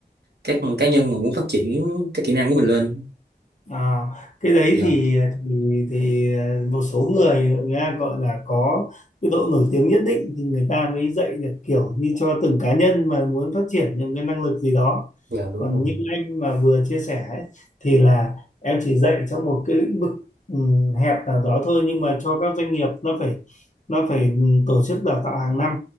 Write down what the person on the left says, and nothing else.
À, cái đấy
thì thì thì một số người người ta gọi là có cái độ nổi tiếng nhất định thì người ta mới dạy được kiểu như cho từng cá nhân mà muốn phát triển những cái năng lực gì đó
còn
như anh mà vừa chia sẻ ấy, thì là em chỉ dạy trong một cái lĩnh vực ừm, hẹp nào đó thôi nhưng mà cho các doanh nghiệp nó phải nó phải tổ chức đào tạo hàng năm